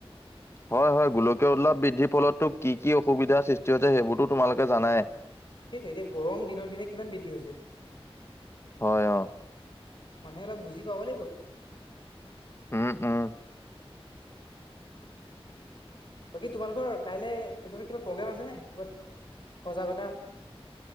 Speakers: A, on the left; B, on the left.
A: হয়-হয় গোলকীয় উললাপ বৃদ্ধিৰ ফলতো কি কি অসুবিধাৰ সৃষ্টি হৈছে সেইবোৰতো তোমালোকে জানাই।
B: সেইটো এতিয়া গৰম দিনৰ দিনে কিমান বৃদ্ধি হৈছে।
A: হয় অ'
B: মানুহে অলপ বুজি পাব লাগিব।
A: উম-উম।
B: বাকী তোমালোকৰ কাইলৈ তেনেকুৱা কিবা প্ৰগ্ৰেম আছে নে ক'ৰবাত সজাগতা